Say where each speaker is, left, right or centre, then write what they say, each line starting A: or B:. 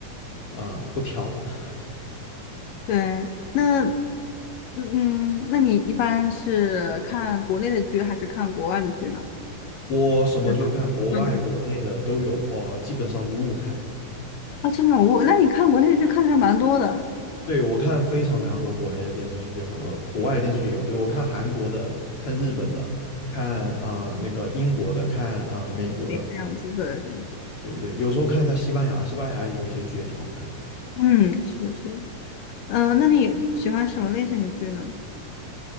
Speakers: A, on the left; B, on the left.
A: 啊、呃不挑。<laughs>
B: <laughs> 对，那嗯，那你一般是看国内的剧还是看国外的剧呢？
A: 我什么剧都看，
B: 是的对
A: 国外国内的都有，我基本上五五开。
B: 啊，这种我，那你看国内剧看的还蛮多的。
A: 对，我看非常非常多国内的电视剧和国外的电视剧有，有我看韩国的，看日本的，看啊、那个英国的，看啊、美国的，
B: 对，这样子，对对，
A: 对对对，有时候看一下西班牙，西班牙有一些剧也挺好看。
B: 嗯，是的，是的，嗯、那你喜欢什么类型的剧呢？